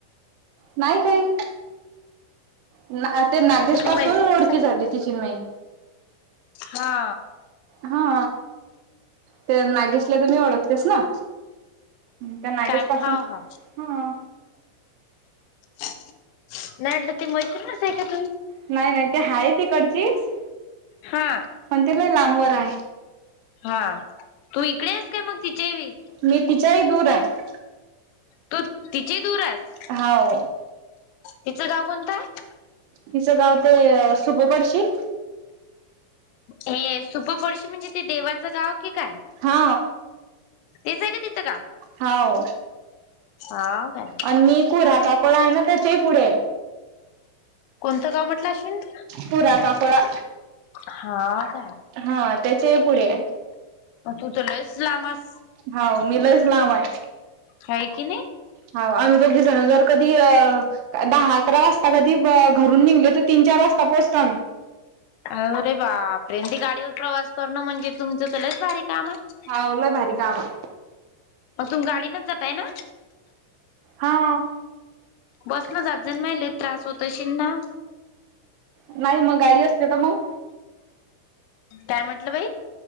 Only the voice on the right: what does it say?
नाही काही. ना ते नागेश
पासून
ओळखी
झाली तिची अनं मई.
हा, ते नागेशला तर मी ओळखतेस ना? त्या नागेश
पासून
हा.
नाही नाही ते आहे तिकडचीच.
पण ते लय लांबवर आहे.
मी तिच्याही दूर आहे
हाव
तिचं गाव ते, सुभोभरशी.
हा
हाव.
आणि मी कोरा काकोळा आहे ना त्याच्याही पुढे
पुरा काकोळा.
हा त्याच्याही पुढे ये.
हाव, मी लैच लांब आहे.
हाव, आम्ही दोघी जण जर कधी अ दहा, अकरा, वाजता कधी घरून निघले तर, तीन चार वाजता पोहोचतो आम्ही.
हाव, लय भारी काम आहे.
हाव.
नाही मग गाडी असते तर मग?